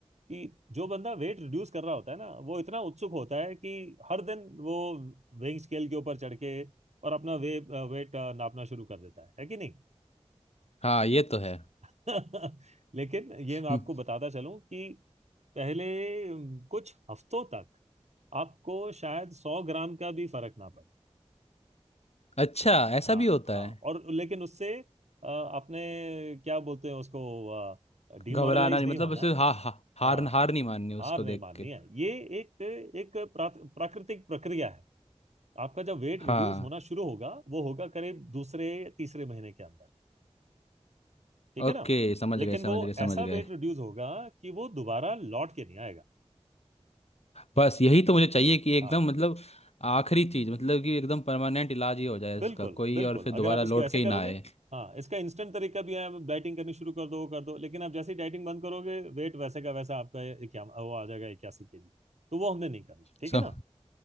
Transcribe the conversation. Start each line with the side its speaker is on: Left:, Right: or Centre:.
Right: कि जो बंदा वेट रिड्यूस कर रहा होता है ना वो इतना उत्सुक होता है कि हर दिन वो वेइंग स्केल के ऊपर चढ़ के और अपना वे वेट नापना शुरू कर देता है है कि नहीं
Left: हाँ ये तो है
Right: <laughs> लेकिन ये मैं आपको
Left: हम्म,
Right: बताता चलूं कि पहले कुछ हफ्तों तक आपको शायद सौ ग्राम का भी फर्क ना पड़े
Left: अच्छा ऐसा
Right: हाँ
Left: भी होता
Right: हाँ
Left: है
Right: और लेकिन उससे अ, आपने क्या बोलते हैं उसको डिमोरलाइज
Left: घबराना नहीं
Right: नहीं
Left: मतलब
Right: होना
Left: उसे
Right: है
Left: हा, हा, हार
Right: हाँ
Left: हार नहीं माननी उसको
Right: हार नहीं
Left: देख
Right: माननी
Left: के
Right: है ये एक एक प्रा, प्राकृतिक प्रक्रिया है आपका जब वेट रिड्यूस
Left: हाँ
Right: होना शुरू होगा वो होगा करीब दूसरे तीसरे महीने के अंदर ठीक है
Left: ओके
Right: ना
Left: समझ
Right: लेकिन
Left: गए समझ
Right: वो
Left: गए समझ
Right: ऐसा
Left: गए
Right: वेट रिड्यूस होगा कि वो दोबारा लौट के नहीं आएगा
Left: बस यही तो मुझे चाहिए कि एकदम
Right: हाँ
Left: मतलब आखिरी चीज मतलब कि एकदम परमानेंट इलाज ही हो जाए इसका
Right: बिल्कुल
Left: कोई
Right: बिल्कुल
Left: और फिर दोबारा
Right: अगर आप इसको
Left: लौट
Right: ऐसे
Left: के ही
Right: करोगे
Left: ना आए
Right: हाँ इसका इंस्टेंट तरीका भी है आप डाइटिंग करनी शुरू कर दो वो कर दो लेकिन आप जैसे ही डाइटिंग बंद करोगे वेट वैसे का वैसा आपका ये क्या वो आ जाएगा इक्यासी के जी तो वो हमने नहीं करना है ठीक
Left: सो
Right: है ना